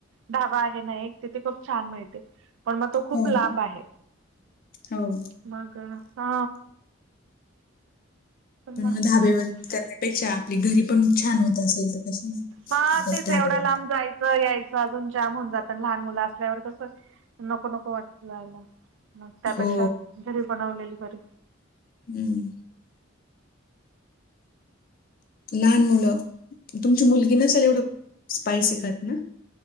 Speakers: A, on the right; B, on the left.
A: ढाबा आहे ना एक तिथे खूप छान मिळते. पण मग तो खूप
B: हो
A: लांब
B: ना.
A: आहे
B: हो
A: मग हा!
B: पण
A: मस्त
B: मग धाब्यावर
A: मिळते
B: करण्यापेक्षा आपली घरी पण छान होत असेल तर कशाला ना
A: हा तेच
B: ढाब्यावरती.
A: एवढ्या लांब जायचं यायचं अजून जाम होऊन जात आणि लहान मुलं असल्यावर कसं नको नको वाटत जायला. मग त्यापेक्षा
B: हो
A: घरी बनवलेली बर.
B: हम् लहान मुलं, तुमची मुलगी ना झाल एवढं स्पायसी खात ना?